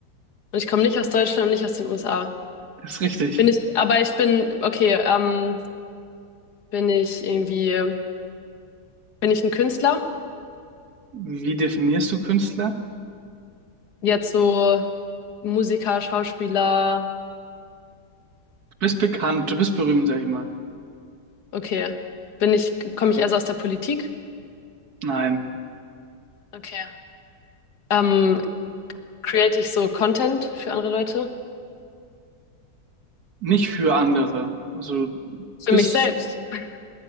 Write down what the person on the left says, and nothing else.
Und ich komme nicht aus Deutschland und nicht aus den USA.
Bin ich, aber ich bin, okay, ähm, bin ich irgendwie, bin ich ein Künstler?
Jetzt so Musiker, Schauspieler,
okay. Bin ich, komme ich eher so aus der Politik?
Okay. Ähm, create ich so Content für andere Leute?
Für
mich selbst. <laughs>